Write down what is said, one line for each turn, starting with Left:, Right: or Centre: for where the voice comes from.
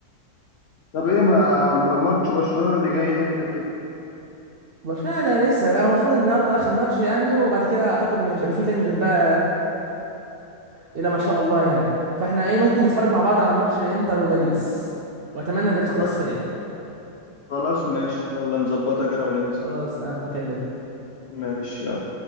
Left: طب ايه ما ماتش برشلونه اللي جاي امتى كده
Right: برشلونه ده لسه بقى هو المفروض ان النهارده اخر ماتش يعني وبعد كده اعتقد ما فيش هيبقى في تاني غير بقى الا ما شاء الله يعني فاحنا ايه ممكن نتفرج مع بعض على ماتش انتر وباريس واتمنى باريس
Left: خلاص
Right: تخسر يعني
Left: خلاص ماشي يلا نظبطها كده وننزل
Right: خلاص انا بكلمك
Left: ماشي يلا